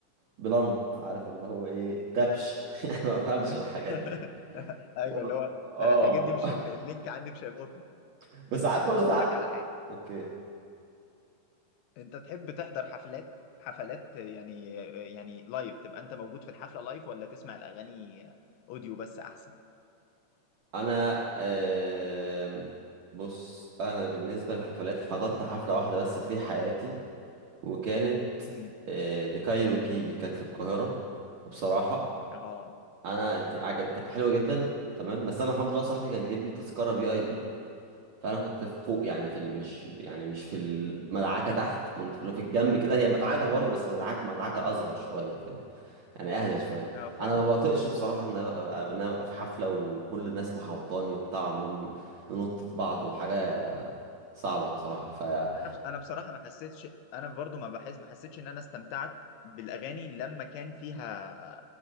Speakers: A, on the right; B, on the left.
A: بلنت عارف اللي هو ايه دبش <laughs> يعني ما بفهمش الحاجات
B: <laughs>
A: دي
B: ايوه
A: والله.
B: اللي هو
A: اه
B: انا الحاجات دي مش اللينك عندي مش هيلقطه
A: <laughs> بس عارف برضه
B: طب اقول
A: في عادي
B: لك على حاجه
A: <laughs> اوكي
B: انت تحب تحضر حفلات حفلات يعني آه، يعني لايف تبقى انت موجود في الحفله لايف ولا تسمع الاغاني اوديو بس احسن
A: انا آم، بص انا بالنسبه للحفلات حضرت حفله واحده بس في حياتي وكانت
B: امم
A: آه، لكايروكي كانت في القاهرة وبصراحة
B: اه
A: أنا دي عجب كانت حلوة جدا تمام بس أنا الحمد لله صاحبي كان جايب لي تذكرة في أي بي فأنا كنت فوق يعني في ال- مش يعني مش في المدعكة تحت كنت في, اللي في الجنب كده هي مدعكة برضه بس مدعكة مدعكة أصغر شوية فاهم يعني أهدى شوية
B: اه فاهم
A: أنا ما بطيقش بصراحة إن أنا أبقى إن أنا أبقى في حفلة وكل الناس محوطاني وبتاع عمالين ننط في بعض وحاجة صعبة بصراحة
B: انا بس انا بصراحه ما حسيتش انا برضو ما بحس ما حسيتش ان انا استمتعت بالاغاني لما كان فيها